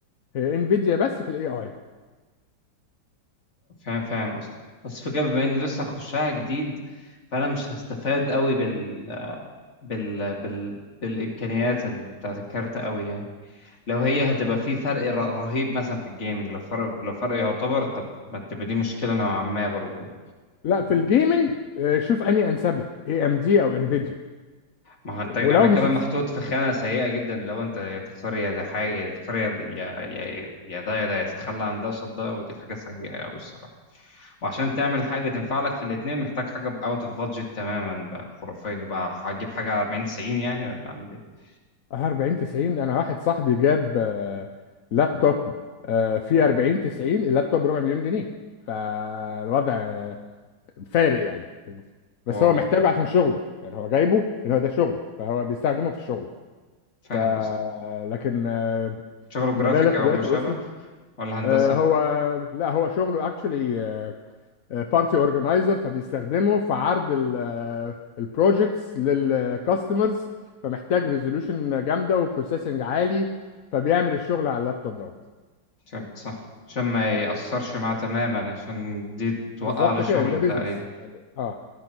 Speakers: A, on the left; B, on the left.
A: آه، انفيديا بس في الاي اي
B: فاهم فاهم قصدي بس فكرة بما اني لسه هخشها جديد فانا مش هستفاد قوي بال بال بال بالامكانيات ال- بتاعت الكارت قوي يعني لو هي هتبقى في فرق ر- رهيب مثلا في الجيمنج لو فرق لو فرق يعتبر طب ما تبقى دي مشكله نوعا ما برضه يعني
A: لا في الجيمنج آه، شوف انهي انسب لك اي ام دي او انفيديا
B: ما هو انت
A: ولو
B: انا كده
A: مش هتست...
B: محطوط في خانه سيئه جدا لو انت يا تختار يا ده حاجه يا تختار يا يا يا يا ده يا ده يا تتخلى عن ده قصاد ده ودي حاجه سيئه قوي الصراحه وعشان تعمل حاجة تنفع لك في الاتنين محتاج حاجة اوت اوف بادجت تماما بقى خرافية بقى هتجيب حاجة 40 90 يعني ولا اعمل ايه
A: 40 90 انا واحد صاحبي جاب آه، لابتوب آه، فيه 40 90 اللابتوب ربع مليون جنيه فالوضع آه، فارق يعني بس
B: واو
A: هو محتاجه عشان شغله يعني هو جايبه ان هو ده شغل فهو بيستخدمه في الشغل
B: فاهم
A: ف
B: قصدي
A: لكن آه،
B: شغله
A: مبالغ
B: جرافيك او
A: دلوقتي
B: ما شابه
A: وصلت
B: ولا
A: آه،
B: هندسة
A: هو لا هو شغله اكشلي بارتي اورجنايزر فبيستخدمه في عرض البروجكتس للكاستمرز فمحتاج ريزولوشن جامده وبروسيسنج عالي فبيعمل الشغل على اللابتوب دوت
B: عشان صح عشان ما
A: اه
B: يأثرش معاه تماما عشان دي توقع
A: بالظبط
B: له شغل
A: كده ده بيزنس
B: تقريبا
A: يعني اه